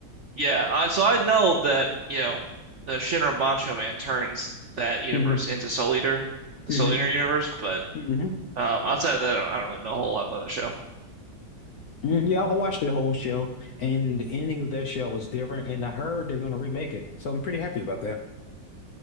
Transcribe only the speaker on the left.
hmm
hmm
hmm
hmm Yeah, I watched the whole show, and the ending of that show was different. And I heard they're gonna remake it, so I'm pretty happy about that.